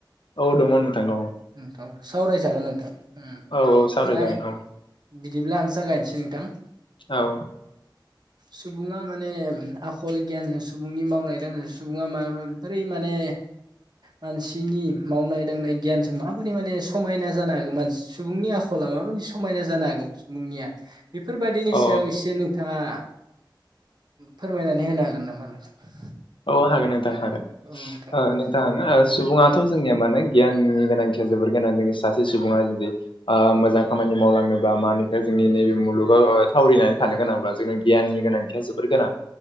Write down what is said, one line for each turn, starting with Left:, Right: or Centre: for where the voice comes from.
Left: औ दङ नोंथां दङ।
Right: नोंथां सावरायजागोन नोंथां उम
Left: औ औ सावरायजागोन
Right: जाय
Left: औ
Right: बिदिब्ला आं जागायनोसै नोंथां।
Left: औ
Right: सुबुङा माने आखल गियानजों सुबुंनि मावनाय सुबुङा माबोरै माने मानसिनि मावनाय दांनाय गियान जों माबोरै माने समायना जानो हागो मान सुबुंनि आखला माबोरै समायना जानो हागो सुबुंनिया बेफोरबायदिनि
Left: औ
Right: सायाव एसे नों थाङा फोरमायनानै होनो हागोन नामा नोंथां?
Left: औ हागोन नोंथां हागोन
Right: औ
Left: ओ
Right: दे
Left: नोंथां ओ सुबुङा थ' जोंनिया मानो गियाननि गोनांथिया जोबोर गोनां जोंनि सासे सुबुङा जुदि ओ मोजां खामानि मावलांनो बा मानि जोंनि नैबे मुलुगाव थावरिनानै थानो गोनांब्ला जोंनो गियाननि गोनांथिया जोबोर गोनां